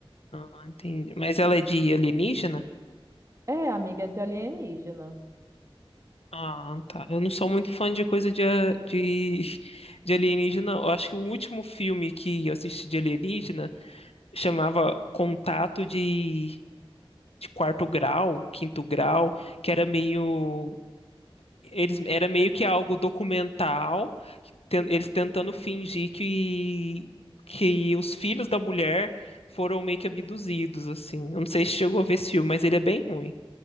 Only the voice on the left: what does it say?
Ah, entendi. Mas ela é de alienígena?
Ah, tá. Eu não sou muito fã de coisa de, a- de, de alienígena. Eu acho que o último filme que eu assisti de alienígena chamava Contato de, de quarto grau, quinto grau, que era meio Eles, era meio que algo documental, ten- eles tentando fingir que, que os filhos da mulher foram meio que abduzidos, assim. Eu não sei se chegou a ver esse filme, mas ele é bem ruim.